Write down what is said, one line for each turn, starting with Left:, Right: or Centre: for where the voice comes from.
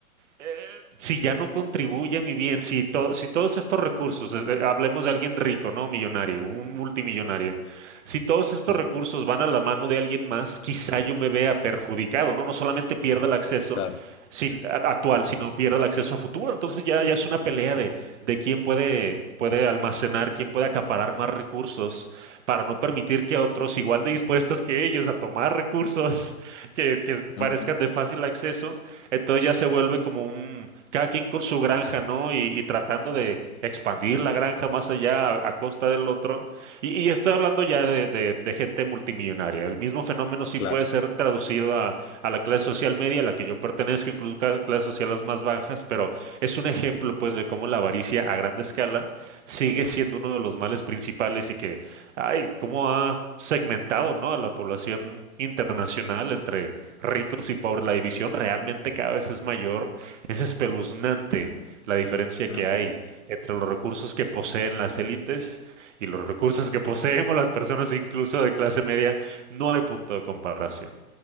Right: eh, si ya no contribuye mi bien, si, to- si todos estos recursos, eh, eh, hablemos de alguien rico, ¿no? Millonario, un multimillonario, si todos estos
Left: ujú,
Right: recursos van a la mano de alguien más, quizá yo me vea perjudicado, ¿no? No solamente pierda el acceso
Left: Claro.
Right: sin, a- actual, sino pierda el acceso a futuro. Entonces ya, ya es una pelea de, de quién puede, puede almacenar, quién puede acaparar más recursos para no permitir que otros, igual de dispuestos que ellos a tomar recursos <laughs> que que
Left: ujú,
Right: parezcan de fácil acceso, entonces ya se vuelve como un, cada quien con su granja, ¿no? Y, y tratando de expandir la granja más allá a, a costa del otro. Y, y estoy hablando ya de, de- de gente multimillonaria. El mismo fenómeno sí
Left: Claro.
Right: puede ser traducido a, a la clase social media, a la que yo pertenezco, incluso a clases sociales más bajas, pero es un ejemplo, pues, de cómo la avaricia a grande escala sigue siendo uno de los males principales y que, ay, cómo ha segmentado, ¿no? a la población internacional entre ricos y pobres. La división realmente cada vez es mayor. Es espeluznante la diferencia
Left: ujú,
Right: que hay entre los recursos que poseen las élites y los recursos que <laughs> poseemos las personas incluso de clase media. No hay punto de comparación.